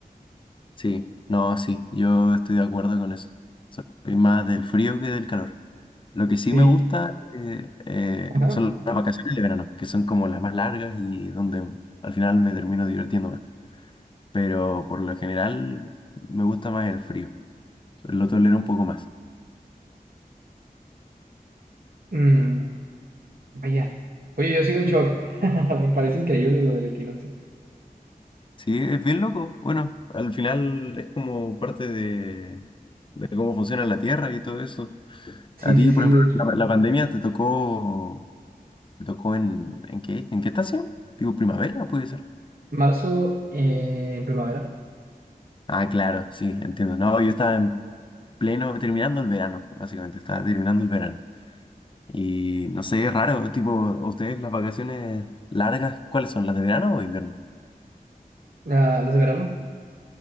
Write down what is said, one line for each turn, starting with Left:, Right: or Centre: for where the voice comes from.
Left: Sí, no, sí, yo estoy de acuerdo con eso. Soy más del frío que del calor. Lo que sí
Right: Sí.
Left: me gusta eh, eh,
Right: Ajá.
Left: son las vacaciones de verano, que son como las más largas y donde al final me termino divirtiendo más. Pero por lo general me gusta más el frío. Lo tolero un poco más.
Right: Mm, vaya. Oye, yo sigo en shock. <laughs> Me parece increíble lo del equinoccio.
Left: Sí, es bien loco. Bueno, al final es como parte de, de cómo funciona la Tierra y todo eso.
Right: Sí,
Left: A ti,
Right: sí, sí,
Left: por ejemplo,
Right: de hecho.
Left: la, la pandemia te tocó ¿Te tocó en, en qué? ¿En qué estación? Digo, primavera, puede ser.
Right: Marzo eh, en primavera,
Left: Ah, claro, sí, entiendo. No, yo estaba en pleno, terminando el verano, básicamente, estaba terminando el verano. Y no sé, es raro, tipo, ¿a ¿ustedes las vacaciones largas, cuáles son? ¿Las de verano o invierno?
Right: la- las de verano.